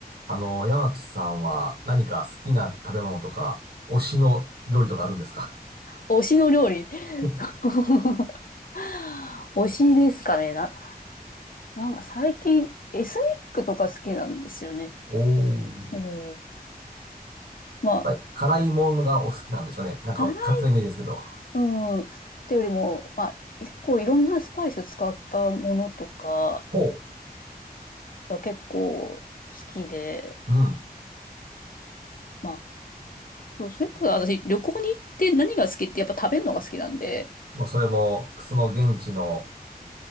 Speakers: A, on the right (about 75°); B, on the left (about 60°).
A: あの、山木さんは何か好きな食べ物とか、推しの料理とかあるんですか
B: 推しの料理。
A: <laughs>
B: <laughs> そう推しですかね。な、なんか最近エスニックとか好きなんですよね。
A: おー。
B: うん、まあ、
A: やっぱり辛いものがお好きなんでしょうね。なんか勝手なイメージですけど。
B: 辛い、うん、ってよりも、まあ、結構いろんなスパイス使ったものとか
A: ほ
B: が結構好きで、
A: う。うん。
B: まあ、そうそれから私旅行に行って何が好きってやっぱ食べるのが好きなんで、
A: もうそれも、その現地の